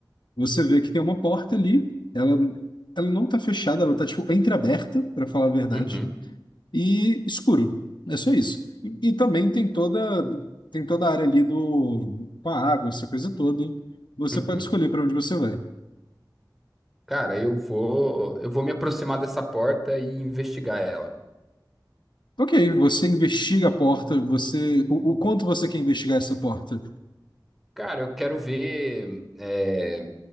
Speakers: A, on the left; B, in the centre.
A: Você vê que tem uma porta ali, ela, ela não está fechada, ela está tipo entreaberta, para falar a verdade,
B: uhum,
A: e escuro. É só isso. E, e também tem toda tem toda a área ali do com a água, essa coisa toda. Você
B: uhum.
A: pode escolher para onde você vai.
B: Cara, eu vou, eu vou me aproximar dessa porta e investigar ela.
A: Ok, você investiga a porta, você o o quanto você quer investigar essa porta?
B: Cara, eu quero ver, é,